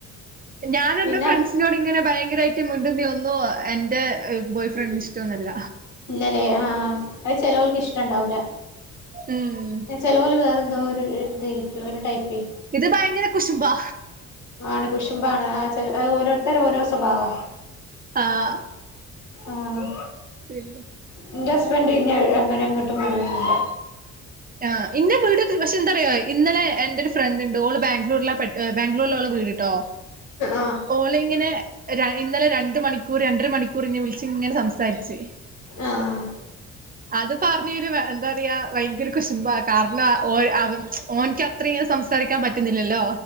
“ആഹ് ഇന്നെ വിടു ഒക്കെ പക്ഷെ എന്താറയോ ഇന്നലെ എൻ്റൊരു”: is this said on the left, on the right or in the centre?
Right